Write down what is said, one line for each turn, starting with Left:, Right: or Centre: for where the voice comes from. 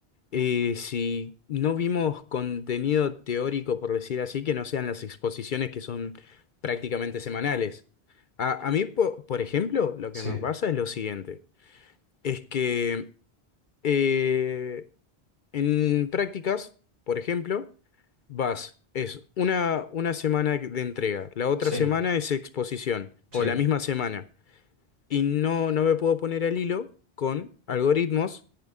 Left: Eh, si no vimos contenido teórico, por decir así, que no sean las exposiciones que son prácticamente semanales. A, a mí, po- por ejemplo, lo
Right: Sí,
Left: que me pasa es lo siguiente, es que eh, en prácticas, por ejemplo, vas, es una, una semana de entrega, la otra
Right: sí,
Left: semana es exposición,
Right: sí.
Left: o la misma semana, y no, no me puedo poner al hilo con algoritmos